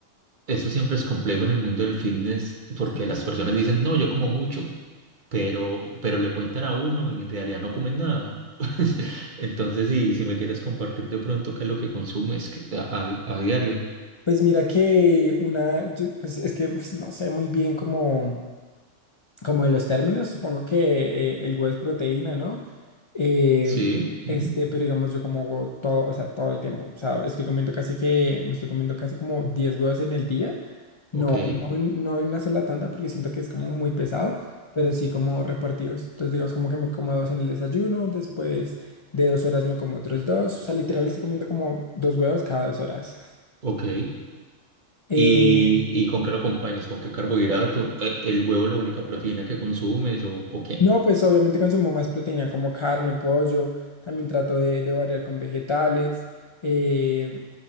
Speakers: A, on the right; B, on the left.
A: eso siempre es complejo en el mundo del fitness porque
B: Sí.
A: las personas dicen, no, yo como mucho, pero, pero le cuentan a uno y en realidad no comen nada. <laughs> Entonces, si, si me quieres compartir de pronto qué es lo que consumes que- a, a- a diario.
B: Pues mira que una, yo- pues es que pues, no sé muy bien cómo. como de los términos, supongo que eh, el huevo es proteína, ¿no? Eh,
A: Sí, ujú,
B: este, pero digamos, yo como huevo todo, o sea, todo el tiempo. O sea, estoy comiendo casi que, me estoy comiendo casi como 10 huevos en el día. No,
A: Ok,
B: no, en- no en una sola tanda porque siento que es como muy pesado, pero sí como repartidos. Entonces, digamos, como que me como dos en el desayuno, después de dos horas me como otros dos. O sea, literal estoy comiendo como dos huevos cada dos horas.
A: ok.
B: Eh,
A: ¿Y, y con qué lo acompañas? ¿Con qué carbohidrato? ¿E- ¿El huevo es la única proteína que consumes o, o qué?
B: No, pues obviamente consumo más proteína como carne, pollo, también trato de, de variar con vegetales, eh,